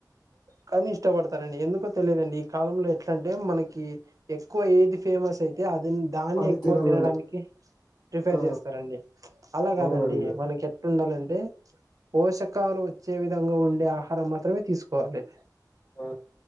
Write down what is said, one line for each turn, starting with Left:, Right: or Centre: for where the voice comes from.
Right: కానీ ఇష్టపడతారండి ఎందుకో తెలియదండి ఈ కాలంలో ఎట్లంటే మనకి ఎక్కువ ఏది ఫేమస్ అయితే అ దాన్ని
Left: అది
Right: ఎక్కువ
Left: తినాలని
Right: తినడానికి ప్రిఫేర్
Left: ఆ
Right: చేస్తారండి అలా కాదండి
Left: అవునండి
Right: మనకి ఎక్కడ ఉండాలంటే అంటే పోషకాలు వచ్చే విధంగా ఉండే ఆహారం మాత్రమే తీసుకోవాలి
Left: ఆ